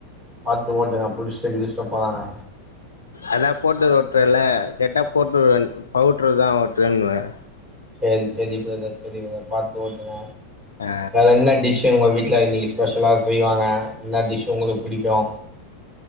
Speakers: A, on the right; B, on the left.
A: பார்த்து ஓட்டுங்க புிடிச்ச கிடிச்சுிட்ட போதாங்க
B: அதான் போட்டு ஓட்டுறல கட்டப் போட்டு பவுட்டுறதான் ஓட்டு வேணுவேன்
A: செரி செரிப்பத-செரிப்பத பார்த்து ஓட்டுங்க
B: ஆ
A: அத என்ன டிஷ் உங்க வீ ட்ல இன்னிக்கு ஸ்பெஷலா செய்வாங்க இன்னா டிஷ்ஷு உங்களுக்கு பிடிக்கோ